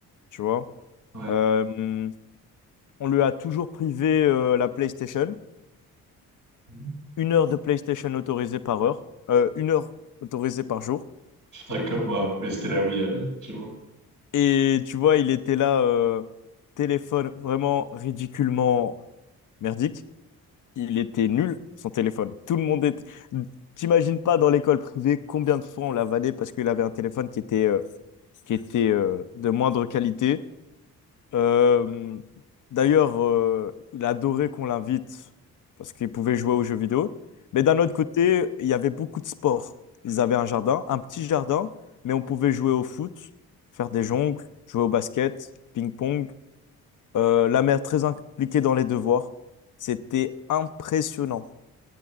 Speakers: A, on the left (about 45°); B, on the right (about 90°).
A: tu vois.
B: ouais.
A: Euh, on lui a toujours privé euh, la PlayStation,
B: Mhm.
A: une heure de PlayStation autorisée par heure, euh, une heure autorisée par jour.
B: Je serais comme moi, mais c'était la Wii, euh, chez moi.
A: Et tu vois, il était là, euh, téléphone vraiment ridiculement merdique. il était nul, son téléphone. Tout le monde était... T'imagines pas dans l'école privée combien de fois on l'a vanné parce qu'il avait un téléphone qui était, euh, qui était euh, de moindre qualité. Euh, d'ailleurs, euh, il adorait qu'on l'invite parce qu'il pouvait jouer aux jeux vidéo. Mais d'un autre côté, il y avait beaucoup de sports. Ils avaient un jardin, un petit jardin, mais on pouvait jouer au foot, faire des jongles, jouer au basket, ping-pong. Euh, la mère très impliquée dans les devoirs. C'était impressionnant